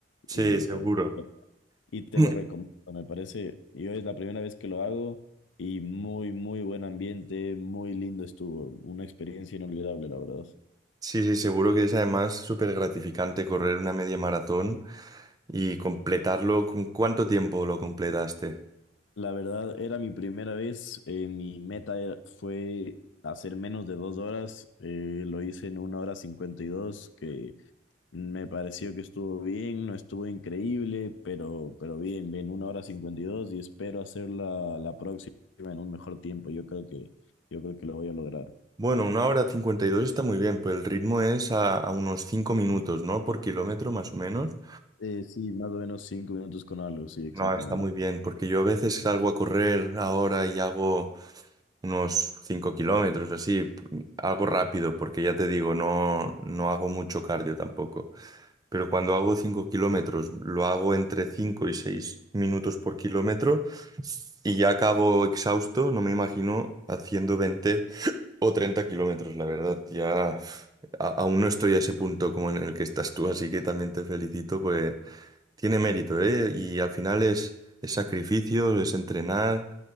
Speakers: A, on the right; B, on the left.
A: Sí,
B: y me
A: seguro.
B: parece, y te
A: <clears throat>
B: lo recomiendo, me parece, yo es la primera vez que lo hago. Y muy, muy buen ambiente, muy lindo estuvo, una experiencia inolvidable, la verdad.
A: Sí, sí, seguro que es además súper gratificante correr una media maratón y completarlo. ¿Con cuánto tiempo lo completaste?
B: La verdad, era mi primera vez. eh, mi meta era- fue hacer menos de dos horas. eh, lo hice en una hora cincuenta y dos, que me pareció que estuvo bien, no estuvo increíble, pero, pero bien, bien, una hora cincuenta y dos y espero hacerla la próxima en un mejor tiempo. Yo creo que, yo creo que lo voy a lograr.
A: Bueno, una hora cincuenta y dos está muy bien, pues el ritmo es a, a unos 5 minutos, ¿no? Por kilómetro más o menos.
B: Eh, sí, más o menos cinco minutos con algo, sí, exactamente.
A: No, está muy bien, porque yo a veces salgo a correr ahora y hago unos 5 kilómetros, así, p- algo rápido, porque ya te digo, no, no hago mucho cardio tampoco. Pero cuando hago 5 kilómetros, lo hago entre 5 y 6 minutos por kilómetro y ya acabo exhausto, no me imagino haciendo 20 o 30 kilómetros, la verdad, ya uf, a- aún no estoy a ese punto como en el que estás tú, así que también te felicito, pues tiene mérito, ¿eh? Y al final es, es sacrificio, es entrenar,